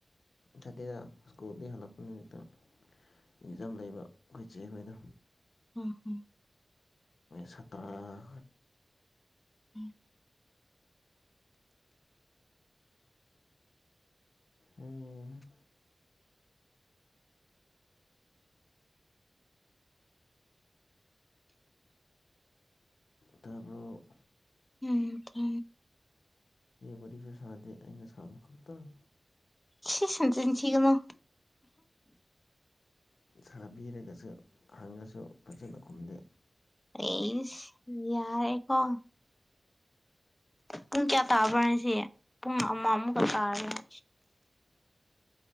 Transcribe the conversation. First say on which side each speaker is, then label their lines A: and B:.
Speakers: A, on the left; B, on the left.
A: ꯁꯥꯇꯦꯗ ꯁ꯭ꯀꯨꯜꯗꯒꯤ ꯍꯜꯂꯛꯄ ꯅꯨꯃꯤꯠꯇ ꯑꯦꯛꯖꯥꯝ ꯂꯩꯕ ꯑꯩꯈꯣꯏ ꯆꯦ ꯑꯩꯈꯣꯏꯅ
B: ꯑ ꯍꯣ
A: ꯁꯥꯇꯔꯥ
B: ꯎꯝ
A: ꯎꯝ ꯇꯥꯕ꯭ꯔꯣ
B: ꯎꯝ ꯀ
A: ꯋꯥꯔꯤꯔꯤꯁ ꯁꯥꯗꯦ ꯑꯩꯅ ꯁꯥꯕ ꯈꯛꯇꯪ
B: ꯁꯤꯁ ꯆ ꯆꯅꯣ
A: ꯁꯥꯕꯤꯔꯒꯁꯨ ꯍꯪꯉꯁꯨ ꯐꯖꯅ ꯈꯨꯝꯗꯦ
B: ꯇꯩꯁ ꯌꯥꯔ ꯑꯦ ꯄꯨꯡ ꯀꯌꯥ ꯇꯥꯕꯅ ꯍꯥꯏꯁꯦ ꯄꯨꯡ ꯑꯃ ꯑꯃꯨꯛꯀ ꯇꯥꯔꯒꯦ